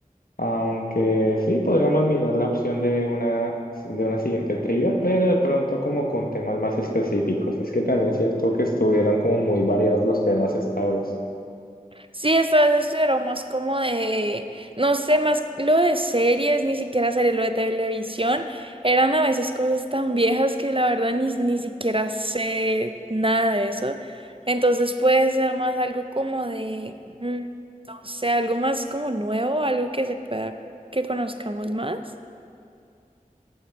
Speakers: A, on the left; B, on the right.
A: Aunque sí, podríamos mirar la opción de una, de una siguiente trivia, pero de pronto como con temas más específicos. Es que también es cierto que estuvieron como muy variados los temas esta vez.
B: Sí, estas estuvieron más como de, no sé, más lo de series, ni siquiera series, lo de televisión, eran a veces cosas tan viejas que la verdad ni, ni siquiera sé nada de eso. Entonces puede ser más algo como de, mm, no sé, algo más como nuevo, algo que se pueda, que conozcamos más.